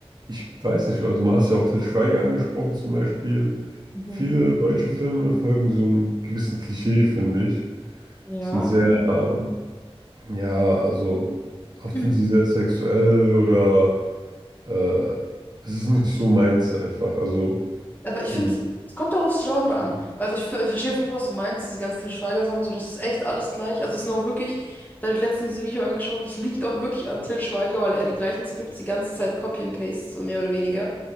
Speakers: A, on the right; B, on the left.
A: Ich weiß nicht, also du hast ja auch Til Schweiger angesprochen zum Beispiel.
B: Mhm.
A: Viele deutsche Filme folgen so einem gewissen Klischee, finde ich.
B: Ja.
A: Sind sehr, ähm, ja, also oft
B: Mhm.
A: sind sie sehr sexuell oder äh, es ist nicht so meins einfach. Also
B: Aber ich
A: mh,
B: finde, es kommt auch aufs Genre an. Weil also ich, ver- ich verstehe auf jeden Fall, was du meinst, diese ganzen Til Schweiger-Sachen, so, das ist echt alles gleich. Also es ist noch wirklich, da habe ich letztens ein Video angeschaut, das liegt auch wirklich an Til Schweiger, weil er die gleichen Skripts die ganze Zeit copy and paste, so mehr oder weniger.